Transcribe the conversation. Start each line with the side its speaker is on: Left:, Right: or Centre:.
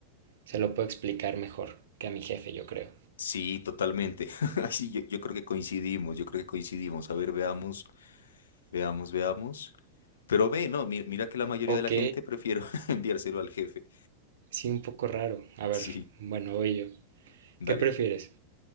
Right: se lo puedo explicar mejor que a mi jefe, yo creo.
Left: Sí, totalmente. <laughs> Ay, Sí, yo, yo creo que coincidimos, yo creo que coincidimos. A ver, veamos, veamos, veamos. Pero ve, no, mi- mira que la mayoría
Right: Ok,
Left: de la gente prefiero <laughs> enviárselo al jefe.
Right: sí, un poco raro. A ver,
Left: Sí,
Right: bueno, voy yo.
Left: dale.
Right: ¿Qué prefieres?